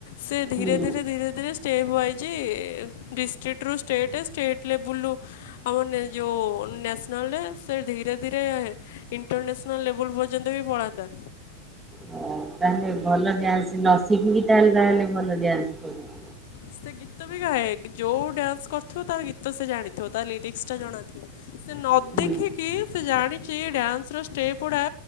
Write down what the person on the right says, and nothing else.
ହୁଁ
ହଉ ତାହେଲେ ଭଲ ଡ୍ୟାନ୍ସ। ନ ଶିଖିକି ବି ତାହେଲେ ତାହେଲେ ଭଲ ଡ୍ୟାନ୍ସ କରୁଛି।
ହୁଁ